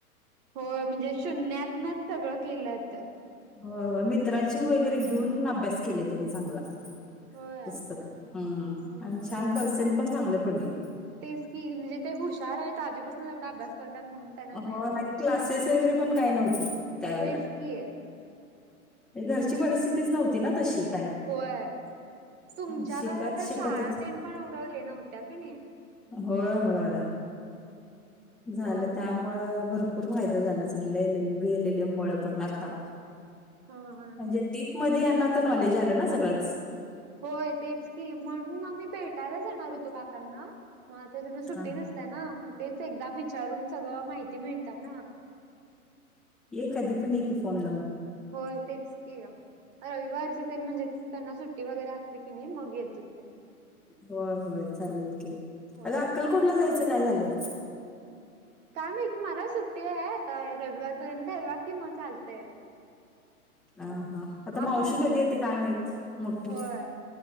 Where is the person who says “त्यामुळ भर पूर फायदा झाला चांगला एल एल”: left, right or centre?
Centre